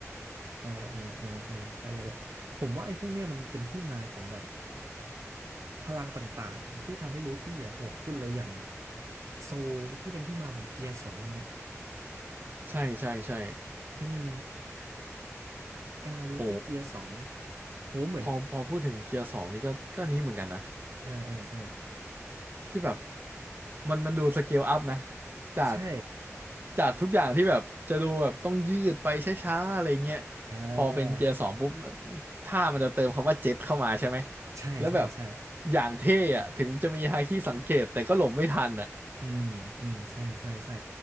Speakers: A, on the right (about 70°); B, on the right (about 40°).
A: อ่าอ่าอ่าอ่ากายาเหล็กผมว่าไอ้พวกเนี้ยมันเป็นที่มาของแบบพลังต่างๆที่ทำให้ลูฟี่อ่ะโหดขึ้นเลยอย่างโซลที่เป็นที่มาของเกียร์สองเนี่ย
B: ใช่ใช่ใช่
A: อืมอ่าลูฟี่เกียร์สอง
B: โห
A: โอ้เหมือน
B: พอพอพูดถึงเกียร์สองนี่ก็ก็อันนี้เหมือนกันนะ
A: อ่าอ่าอ่า
B: ที่แบบมันมันดูสเกลอัพนะจาก
A: ใช่
B: จากทุกอย่างที่แบบจะดูแบบต้องยืดไปช้าๆอะไรเงี้ย
A: อ่า
B: พอเป็นเกียร์สองปุ๊บท่ามันจะเติมคำว่าเจ็ตเข้ามาใช่ไหม
A: ใช่ใช่ใช่
B: แล้วแบบอย่างเท่อะถึงจะมีฮาคิสังเกตแต่ก็หลบไม่ทันอะ
A: อืมอืมใช่ใช่ใช่